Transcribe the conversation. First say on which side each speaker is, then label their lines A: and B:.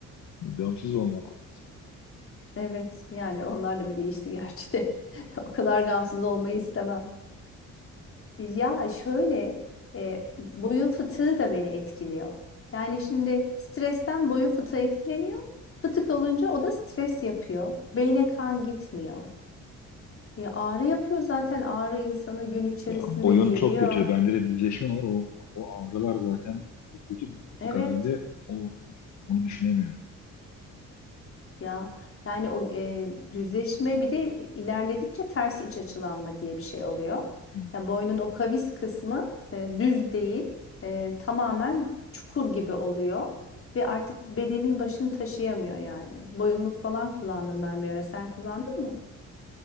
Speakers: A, on the left; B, on the left.
A: gamsız olmak lazım.
B: Evet. Yani onlar da bir değişti gerçi de. <laughs> O kadar gamsız olmayı istemem. Ya şöyle e, boyun fıtığı da beni etkiliyor. Yani şimdi stresten boyun fıtığı etkileniyor. Fıtık olunca o da stres yapıyor. Beyne kan gitmiyor. Ya ağrı yapıyor zaten ağrı insanı gün içerisinde
A: Ya boyun
B: geriyor.
A: çok kötü. Bende de düzleşme var. O, o ağrılar zaten çok kötü. Bıktık
B: Evet.
A: herhalde. O, onu düşünemiyorum.
B: Ya yani o e, düzleşme bir de ilerledikçe ters iç açılanma diye bir şey oluyor.
A: Hı.
B: Yani boynun o kavis kısmı e, düz değil, e, tamamen çukur gibi oluyor ve artık bedenin başını taşıyamıyor yani. Boyunluk falan kullandım ben bir ara. Sen kullandın mı?